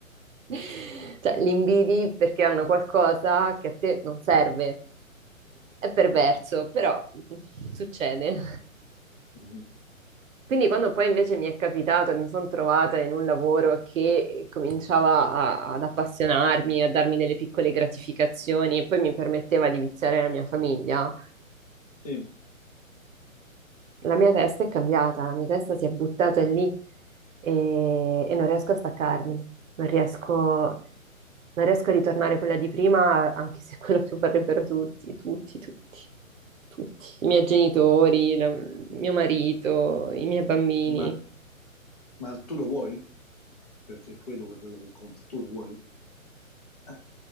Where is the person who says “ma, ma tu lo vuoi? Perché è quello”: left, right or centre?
Left